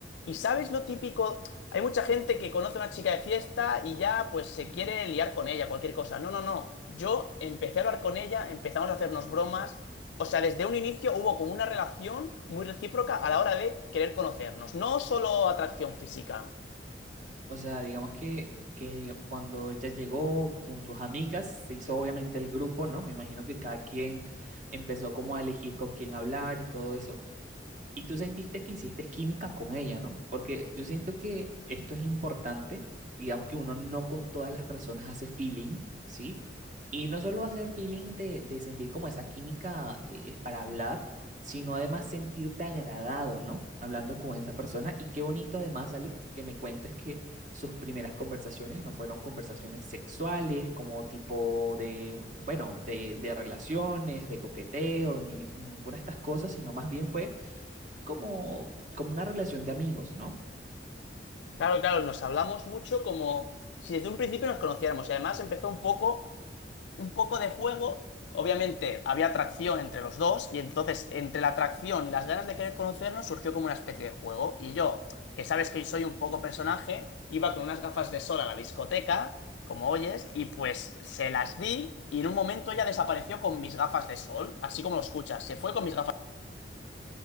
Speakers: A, on the left; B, on the right.
A: ¿Y sabes lo típico? Hay mucha gente que conoce a una chica de fiesta y ya pues se quiere liar con ella, cualquier cosa. No, no, no. Yo empecé a hablar con ella, empezamos a hacernos bromas. O sea, desde un inicio hubo como una relación muy recíproca a la hora de querer conocernos. No solo atracción física.
B: O sea, digamos que, que diga- cuando ella llegó con sus amigas, se hizo obviamente el grupo, ¿no? Me imagino que cada quien empezó como a elegir con quién hablar y todo eso. Y tú sentiste que hiciste química con ella, ¿no? Porque yo siento que esto es importante, digamos que uno no con todas las personas hace feeling, ¿sí? Y no solo hacer feeling de, de sentir como esa química eh, eh, para hablar, sino además sentirte agradado, ¿no? Hablando con esa persona. Y qué bonito además, Alex, que me cuentes que sus primeras conversaciones no fueron conversaciones sexuales, como tipo de, bueno, de, de relaciones, de coqueteo, ni ninguna de estas cosas, sino más bien fue como, como una relación de amigos, ¿no?
A: Claro, claro, nos hablamos mucho como si desde un principio nos conociéramos. Y además empezó un poco un poco de juego. Obviamente había atracción entre los dos y entonces entre la atracción y las ganas de querer conocernos surgió como una especie de juego. Y yo, que sabes que soy un poco personaje, iba con unas gafas de sol a la discoteca, como oyes, y pues se las di y en un momento ella desapareció con mis gafas de sol, así como lo escuchas, se fue con mis gafas